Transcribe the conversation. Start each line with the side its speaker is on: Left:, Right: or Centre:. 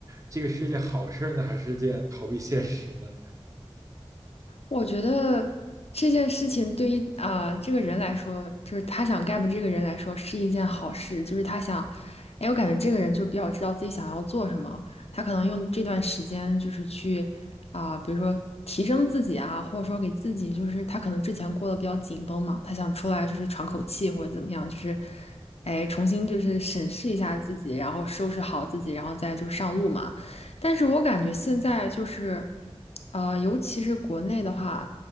Right: 这个是一件好事儿呢，还是件逃避现实呢？
Left: 我觉得这件事情对于啊、呃这个人来说，就是他想 gap 这个人来说是一件好事，就是他想，哎，我感觉这个人就比较知道自己想要做什么，他可能用这段时间就是去啊、比如说提升自己啊，或者说给自己就是他可能之前过得比较紧绷嘛，他想出来就是喘口气或者怎么样，就是哎重新就是审视一下自己，然后收拾好自己，然后再就上路嘛。但是我感觉现在就是，呃，尤其是国内的话，